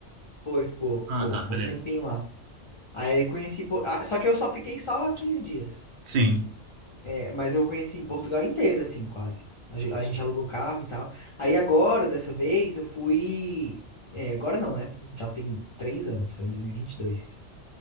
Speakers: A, on the left; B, on the right.
A: Foi, ficou, ficou,
B: Ah, tá,
A: foi
B: beleza.
A: um tempinho lá. Aí eu conheci, Po- ah, só que eu só fiquei só 15 dias.
B: Sim,
A: É, mas eu conheci Portugal inteira, assim, quase. A, ge- a gente alugou carro e tal. Aí agora, dessa vez, eu fui. é, agora não, né? Já tem três anos, foi em 2022.